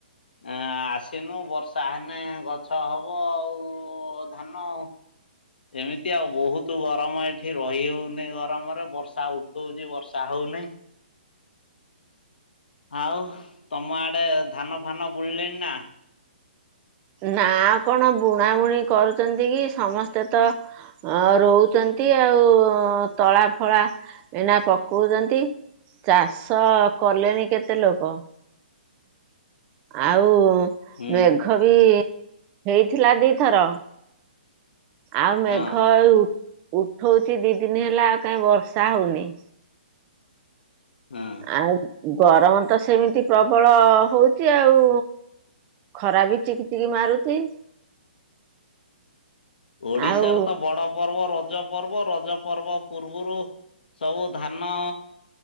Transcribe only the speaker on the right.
ନା କଣ ବୁଣା ବୁଣି କରୁଛନ୍ତି କି? ସମସ୍ତେ ତ ହଁ ରହୁଛନ୍ତି ଆଉ, ତଳା ଫଳା ଏନା ପକଉଛନ୍ତି। ଚାଷ କଲେଣି କେତେ ଲୋକ। ଆଉ
ମେଘ ବି ହେଇଥିଲା ଦିଥର। ଆଉ ମେଘ
ଉଠଉଚି ଦି ଦିନ ହେଲା ଆଉ କାହିଁ ବର୍ଷା ହୋଉନି।
ଆଉ ଗରମ ତ ସେମିତି ପ୍ରବଳ ହୋଉଚି ଆଉ। ଖରା ବି ଚିକି ଚିକି ମାରୁଚି।
ଆଉ